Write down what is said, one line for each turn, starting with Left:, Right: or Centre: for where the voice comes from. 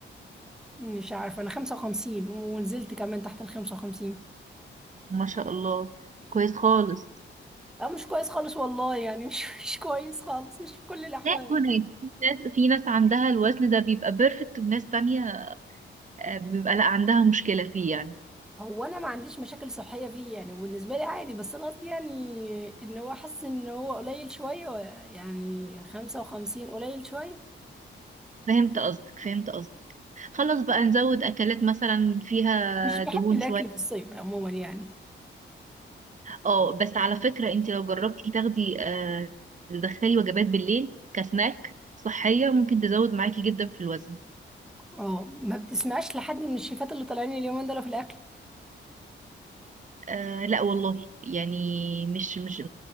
Centre: مش عارفة انا 55 ونزلت كمان تحت ال 55
Right: ما شاء الله كويس خالص
Centre: اه مش كويس خالص والله يعني مش <laughs> مش كويس خالص مش في كل الاحوال
Right: لا وناس في ناس في ناس عندها الوزن ده بيبقى بيرفكت وناس تانية آه، بيبقى لا عندها مشكلة فيه يعني
Centre: هو انا ما عنديش مشاكل صحيه فيه يعني وبالنسبه لي عادي بس انا قصدي يعني ان هو حاسس ان هو قليل شويه يعني 55 قليل شويه
Right: فهمت قصدك فهمت قصدك خلاص بقى نزود أكلات مثلا فيها
Centre: مش بحب
Right: دهون
Centre: الاكل
Right: شوية
Centre: في الصيف عموما يعني
Right: اه بس على فكرة انت لو جربتي تاخدي آه، تدخلي وجبات بالليل كسناك صحية ممكن تزود معاكي جدا في الوزن
Centre: اه ما بتسمعش لحد من الشيفات اللي طالعين اليومين دول في الاكل
Right: آه لا والله يعني مش مش